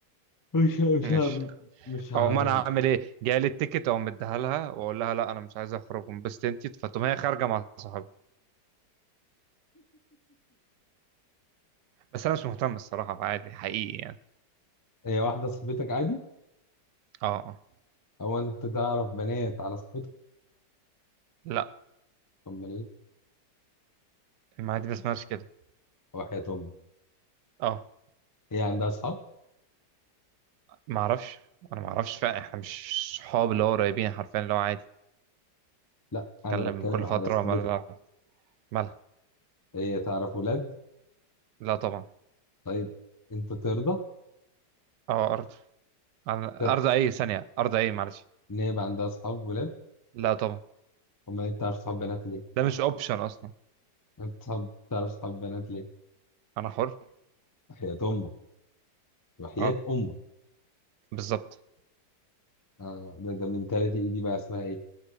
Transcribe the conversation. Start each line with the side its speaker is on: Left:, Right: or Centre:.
Left: مش مش
Right: ماشي
Left: ه- مش ه-
Right: أو ما أنا عامل إيه جاي لي التيكت أو مديها لها وأقول لها لا أنا مش عايز أخرج وانبسط أنت فتقوم هي خارجة مع صحابها بس أنا مش مهتم الصراحة عادي حقيقي يعني
Left: هي واحدة صاحبتك عادي
Right: أه آه.
Left: او انت تعرف بنات على صاحبتك
Right: لا
Left: امال ايه
Right: ما دي ما اسمهاش كده
Left: وحياة امك
Right: أه
Left: هي عندها اصحاب
Right: ما اعرفش انا ما اعرفش فعلا احنا مش صحاب اللي هو قريبين حرفيا اللي هو عادي
Left: لا انا
Right: نتكلم
Left: بتكلم
Right: كل
Left: على
Right: فتره
Left: صاحبتك
Right: مالها مالها
Left: هي تعرف ولاد
Right: لا طبعا
Left: طيب انت ترضى
Right: اه ارض انا
Left: طب
Right: ارض اي ثانيه ارض اي معلش
Left: ان هي يبقى عندها اصحاب ولاد
Right: لا طبعا
Left: امال انت تعرف صحاب بنات ليه
Right: ده مش اوبشن اصلا
Left: انت صحاب تعرف صحاب بنات ليه
Right: انا حر
Left: وحياة امك وحياة
Right: اه
Left: امك
Right: بالظبط
Left: آه ده ده المنتاليتي إيه دي بقى اسمها ايه